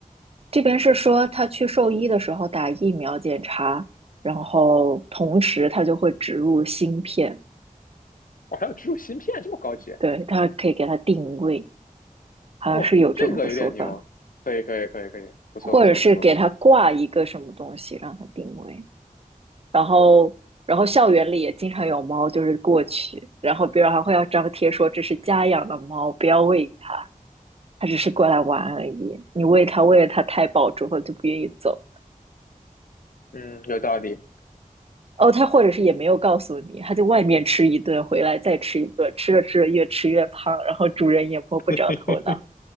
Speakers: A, on the right; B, on the left.
A: 这边是说他去兽医的时候打疫苗检查，然后同时他就会植入芯片，
B: 我还有植入芯片，这么高级，
A: 对，他可以给他定位，好像是有这么个说法，
B: 哇，这个有点牛，可以可以可以可以，不错不错不错不错，
A: 或者是给他挂一个什么东西让他定位，然后。然后校园里也经常有猫，就是过去，然后别人还会要张贴说这是家养的猫，不要喂它，它只是过来玩而已。你喂它，喂了它太饱之后就不愿意走
B: 嗯，有道理，
A: 哦，他或者是也没有告诉你，他在外面吃一顿，回来再吃一顿，吃着吃着越吃越胖，然后主人也摸不着头脑。
B: <laughs>